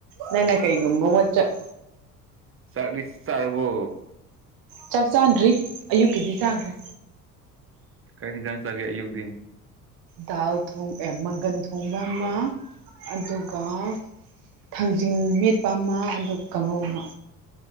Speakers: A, on the right; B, on the right.
A: ꯅꯪꯅ ꯀꯩꯒꯨꯝꯕ ꯋꯥꯠꯆꯦꯞ
B: ꯆꯥꯛꯇꯤ ꯆꯥꯔꯕꯣ
A: ꯆꯥꯛ ꯆꯥꯗ꯭ꯔꯤ ꯑꯌꯨꯛꯀꯤꯗꯤ ꯆꯥꯈ꯭ꯔꯦ
B: ꯀꯩ ꯍꯦꯟꯖꯥꯡ ꯆꯒꯦ ꯑꯌꯨꯛꯇꯤ
A: ꯗꯥꯜ ꯊꯣꯡ ꯑꯦ ꯃꯪꯒꯟ ꯊꯣꯡꯕ ꯑꯃ ꯑꯗꯨꯒ ꯊꯥꯡꯖꯤꯡ ꯃꯦꯠꯄ ꯑꯃ ꯑꯗꯨꯒ ꯀꯥꯡꯉꯧ ꯑꯃ